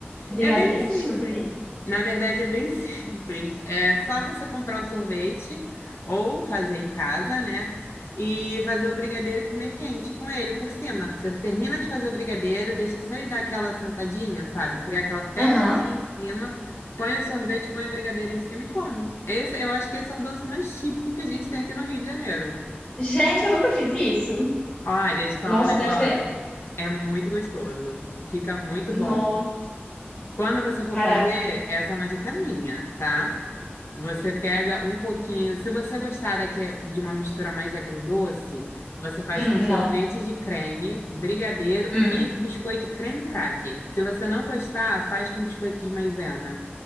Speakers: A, on the left; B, on the left.
A: Brigadeiro
B: É bem simples.
A: com sorvete?
B: Na verdade, é bem <laughs> simples. É só você comprar o sorvete ou fazer em casa, né? E fazer o brigadeiro e comer quente com ele por cima. Você termina de fazer o brigadeiro, deixa só ele dar aquela sentadinha, sabe? Criar aquela pelezinha
A: Aham.
B: em cima, põe o sorvete, põe o brigadeiro em cima e come. Esse, eu acho que esse é o doce mais típico que a gente tem aqui no Rio de Janeiro.
A: Gente, eu nunca fiz isso.
B: Olha, te falar
A: Nossa,
B: um negócio.
A: deve ser.
B: É muito gostoso. Fica muito
A: Nossa,
B: bom. Quando você for
A: caraca.
B: fazer, essa é uma dica minha, tá? Você pega um pouquinho. Se você gostar daqui- de uma mistura mais agridoce, você faz
A: Hum,
B: com sorvete
A: não.
B: de creme, brigadeiro
A: Hum,
B: e biscoito creme cracker. Se você não gostar, faz com biscoito de maisena.